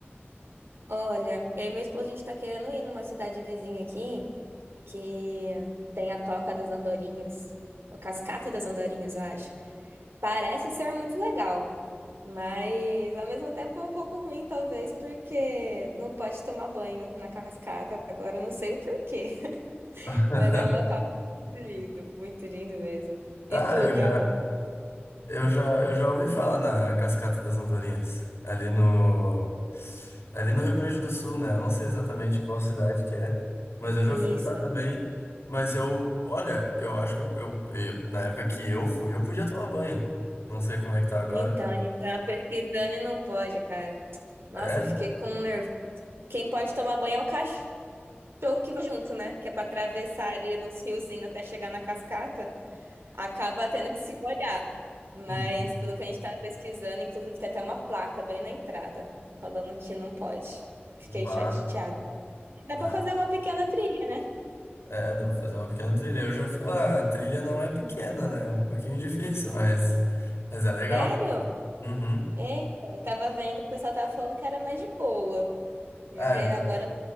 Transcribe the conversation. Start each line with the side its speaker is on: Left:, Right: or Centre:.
Right: Olha, eu e meu esposo, a gente tá querendo ir numa cidade vizinha aqui, que tem a Toca das Andorinhas, a Cascata das Andorinhas, eu acho. Parece ser muito legal, mas ao mesmo tempo é um pouco ruim, talvez, porque não pode tomar banho na cascata. Agora eu não sei o porquê, <laughs>
Left: <laughs>
Right: mas é um local muito lindo, muito lindo mesmo. E
Left: Ah,
Right: tu,
Left: eu
Right: tem
Left: já.
Right: algum?
Left: Eu já, eu já ouvi falar na Cascata das Andorinhas, ali no, ali no Rio Grande do Sul, né? Eu não sei exatamente qual cidade que é, mas eu já
Right: Isso,
Left: fui lá também. Mas eu, olha, eu acho que eu, eu- eu- na época que eu fui, eu podia tomar banho. Não sei como é que tá agora.
Right: então, a gente tava pesquisando e não pode, cara. Nossa,
Left: É?
Right: eu fiquei com um nervo. Quem pode tomar banho é o cachorro que vai junto, né? Que é pra atravessar ali nos riozinhos até chegar na cascata. acaba tendo que se molhar. Mas
Left: <laughs>
Right: pelo que a gente estava pesquisando, inclusive tem até uma placa bem na entrada falando que não pode. Fiquei
Left: Um bar.
Right: chateada. Dá
Left: né?
Right: para fazer uma pequena trilha, né?
Left: É, dá pra fazer uma pequena trilha. Eu já fui lá, a trilha não é pequena, né? É um pouquinho <laughs> difícil, mas, mas é legal.
Right: Sério?
Left: Uhum.
Right: Eita, eu tava vendo que o pessoal tava falando que era mais de boa, mas
Left: Ah, eu,
Right: agora